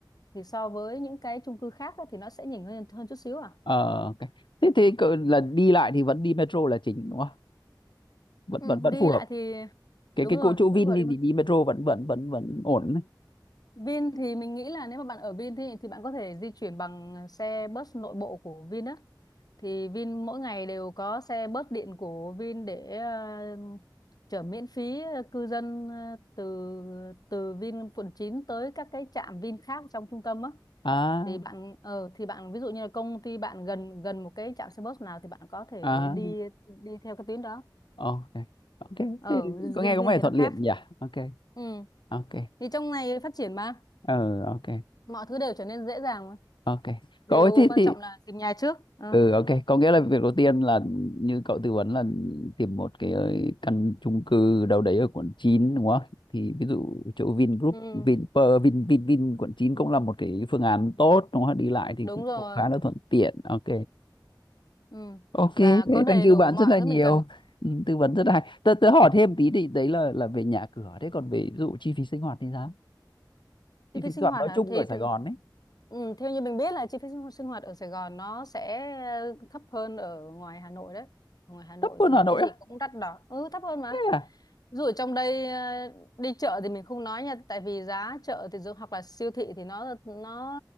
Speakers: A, on the left; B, on the left.
A: thì so với những cái chung cư khác á, thì nó sẽ nhỉnh hơn hơn chút xíu à
B: ờ ok thế thế cỡ là đi lại thì vẫn đi metro là chính đúng không vẫn
A: ừ,
B: vẫn vẫn
A: đi
B: phù hợp
A: lại thì
B: cái
A: đúng
B: cái
A: rồi
B: cỗ chỗ
A: vẫn
B: Vin
A: gọi
B: đi,
A: đi
B: đi đi metro vẫn vẫn vẫn vẫn ổn đấy.
A: Vin thì mình nghĩ là nếu mà bạn ở Vin thì thì bạn có thể di chuyển bằng xe bus nội bộ của Vin á. Thì Vin mỗi ngày đều có xe bus điện của Vin để ờ, chở miễn phí ờ, cư dân ờ, từ từ Vin quận 9 tới các cái trạm Vin khác trong trung tâm á.
B: à
A: Thì bạn ờ thì bạn ví dụ như là công ty bạn gần gần một cái trạm xe bus nào thì bạn có thể
B: à
A: đi đi theo cái tuyến đó.
B: ok ok
A: Ở
B: thế có
A: riêng
B: nghe có
A: Vin
B: vẻ
A: thì
B: thuận
A: nó khác.
B: tiện nhỉ ok
A: Ừ.
B: ok
A: Thì trong này phát triển mà
B: ờ ok
A: mọi thứ đều trở nên dễ dàng mà.
B: ok
A: điều
B: cậu ơi thế
A: quan
B: thì
A: trọng là tìm nhà trước ừ.
B: ừ ok có nghĩa là việc đầu tiên là như cậu tư vấn là tìm một cái ờ, căn chung cư đâu đấy ở quận 9 đúng không thì ví dụ chỗ Vingroup
A: Ừ.
B: Vinpearl Vin Vin Vin quận 9 cũng là một cái phương án tốt đúng không đi lại thì
A: đúng
B: cũng,
A: rồi
B: cũng khá là thuận tiện ok
A: ừ.
B: ok
A: và
B: thế
A: có đầy
B: thank you
A: đủ
B: bạn
A: mọi
B: rất là
A: thứ
B: nhiều
A: mình cần
B: ừ, tư vấn rất là hay tớ, tớ hỏi thêm tí thì đấy là là về nhà cửa thế còn về ví dụ chi phí sinh hoạt thì sao chi
A: chi
B: phí
A: phí sinh
B: sinh hoạt
A: hoạt
B: nói
A: hả
B: chung
A: thì,
B: ở Sài
A: thì
B: Gòn ấy
A: ừ. theo như mình biết là chi phí sinh sinh hoạt ở Sài Gòn nó sẽ thấp hơn ở ngoài Hà Nội đấy ở ngoài Hà Nội
B: thấp hơn
A: thì
B: Hà Nội
A: cái gì
B: á
A: cũng đắt đỏ ừ thấp hơn mà
B: thế à
A: Ví dụ ở trong đây ờ, đi chợ thì mình không nói nha, tại vì giá chợ thì dụ- hoặc là siêu thị thì nó nó